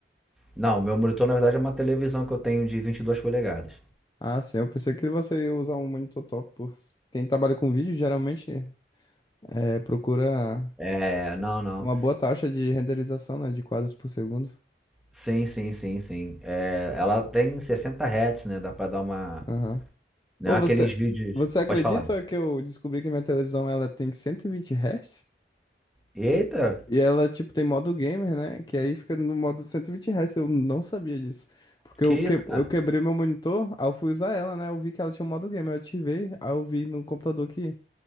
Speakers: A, in the centre; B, on the left (about 25°).
A: Não, meu monitor na verdade é uma televisão que eu tenho de 22 polegadas.
B: Ah, sim, eu pensei que você ia usar um monitor top. Por... Quem trabalha com vídeo geralmente é, procura
A: É, não, não.
B: uma boa taxa de renderização, né? De quadros por segundo.
A: Sim, sim, sim, sim. É, ela tem 60 Hz, né? Dá pra dar uma.
B: Aham.
A: Não
B: Ou
A: é aqueles
B: você,
A: vídeos.
B: você acredita
A: Pode falar.
B: que eu descobri que minha televisão ela tem 120 Hz?
A: Eita,
B: E ela, tipo, tem modo gamer, né? Que aí fica no modo 120 Hz. Eu não sabia disso. Porque
A: que
B: eu,
A: isso,
B: que...
A: cara?
B: eu quebrei meu monitor, aí eu fui usar ela, né? Eu vi que ela tinha um modo gamer. Eu ativei, aí eu vi no computador que